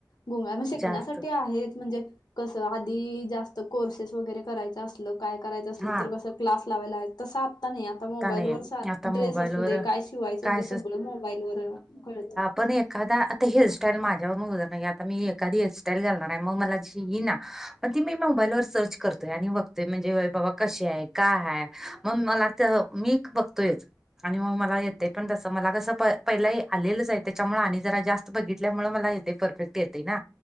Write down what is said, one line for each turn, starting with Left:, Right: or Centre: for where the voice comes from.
Left: गुंग आणि शिकण्यासाठी
Centre: जास्त
Left: आहेच म्हणजे, कस आधी जास्त कोर्सेस वगैरे करायच असल काय करायचं असल
Centre: हा
Left: तर कसं क्लास लावायला ला तस आता नाही आता मोबाईलवर
Centre: नाही
Left: सा
Centre: आता मोबाईलवर
Left: ड्रेस असू दे काय शिवायचं
Centre: काय
Left: दे सगळ मोबाईल वर कळतं.
Centre: पण एखादा आता हेअरस्टाईल माझ्यावरून उदारन घे आता मी एखादी हेअरस्टाईल घालणार आहे म मला ची येईना. म ती मी मोबाईलवर सर्च करतोय आणि बघतोय म्हणजे बाबा कशी आहे काय हाय, मग मला त मी बघतोयच. आणि म मला येतेय पण तसं मला कसं प-पहिला आलेलंच आहे त्याच्यामुळे आणि जरा जास्त बघितल्यामुळ मला येतय परफेक्ट येतय ना,